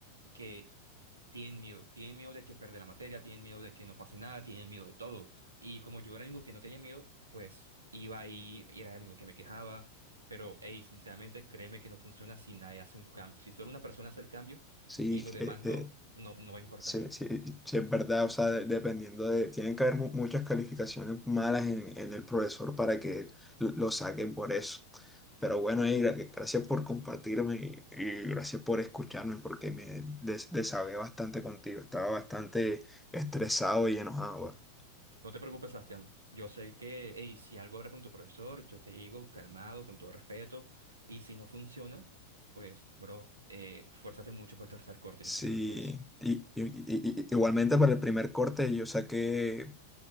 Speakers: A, on the right; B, in the centre.
A: que tienen miedo, tienen miedo de que perder la materia, tienen miedo de que no pase nada, tienen miedo de todo. Y como yo era el único que no tenía miedo, pues iba ahí y era el único que me quejaba. Pero, hey, sinceramente, créeme que no funciona si nadie hace un cambio. Si solo una persona hace el cambio
B: sí.
A: y los demás
B: E,
A: no,
B: e,
A: no, no va a importar.
B: Sí, sí, sí, es verdad, o sea, de- dependiendo de, tienen que haber mu- muchas calificaciones malas en, en el profesor para que lo lo saquen por eso. Pero bueno, y gra- gracias por compartirme y, y gracias por escucharme porque me des desahogué bastante contigo, estaba bastante estresado y enojado. bueno.
A: No te preocupes, Sebastián. Yo sé que, hey, si algo habrá con tu profesor, yo te digo calmado, con todo respeto. Y si no funciona, pues, bro, eh, fuérzate mucho por el tercer corte.
B: Sí,
A: Yo sé que tú puedes.
B: y, y- y- y- igualmente para el primer corte yo saqué